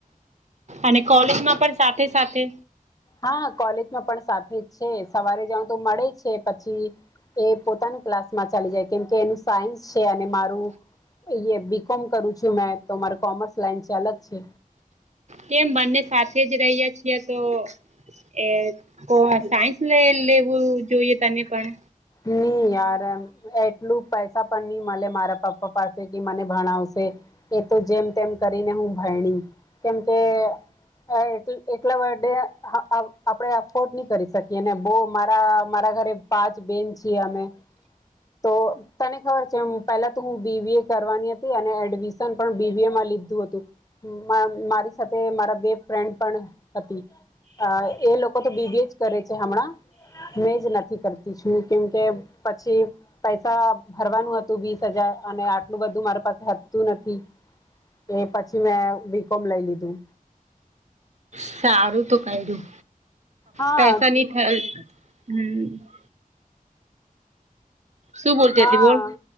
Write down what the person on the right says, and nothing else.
અને કોલેજમાં પણ સાથે સાથે
કેમ બંને સાથે જ રહીએ છીએ તો એ કો સાયન્સ લે લેવું જોઈએ તને પણ.
સારું તો ક દું
પૈસા નહી થ હમ <unintelligible> શું બોલતી
હતી બોલ